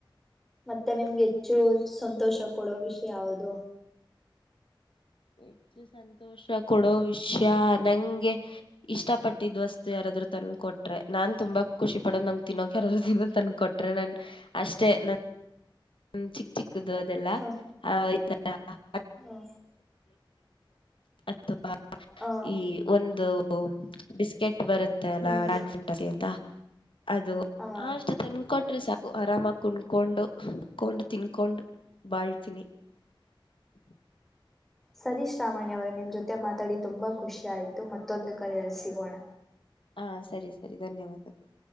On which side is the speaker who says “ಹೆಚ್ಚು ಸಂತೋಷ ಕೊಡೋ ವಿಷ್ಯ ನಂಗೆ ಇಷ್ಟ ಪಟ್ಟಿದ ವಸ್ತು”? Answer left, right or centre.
Left